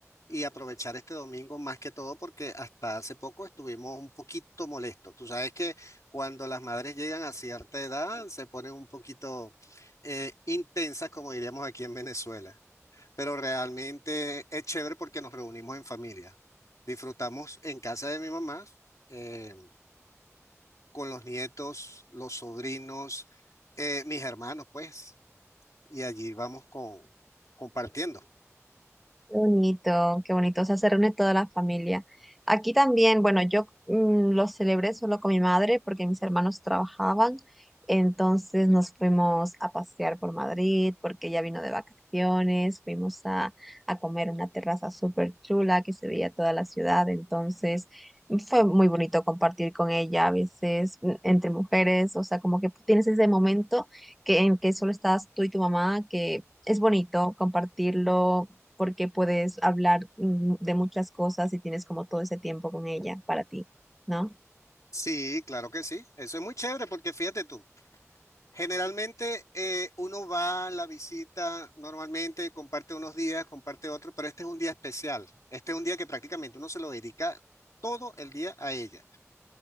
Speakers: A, on the left (about 80°); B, in the centre.
A: y aprovechar este domingo más que todo porque hasta hace poco estuvimos un poquito molestos. Tú sabes que cuando las madres llegan a cierta edad se ponen un poquito eh, intensas, como diríamos aquí en Venezuela, pero realmente es chévere porque nos reunimos en familia. Disfrutamos en casa de mi mamá. eh, con los nietos, los sobrinos, eh, mis hermanos, pues, y allí vamos con, compartiendo.
B: Qué bonito, qué bonito. O sea, se reúne toda la familia. Aquí también, bueno, yo mm, lo celebré solo con mi madre porque mis hermanos trabajaban. Entonces nos fuimos a pasear por Madrid porque ella vino de vacaciones. Fuimos a, a comer en una terraza súper chula que se veía toda la ciudad. Entonces fue muy bonito compartir con ella a veces mm, entre mujeres. O sea, como que tienes ese momento que, en que solo estás tú y tu mamá, que es bonito compartirlo porque puedes hablar mm, de muchas cosas y tienes como todo ese tiempo con ella para ti, ¿no?
A: Sí, claro que sí. Eso es muy chévere porque fíjate tú. Generalmente eh, uno va a la visita normalmente, comparte unos días, comparte otros, pero este es un día especial. Este es un día que prácticamente uno se lo dedica todo el día a ella.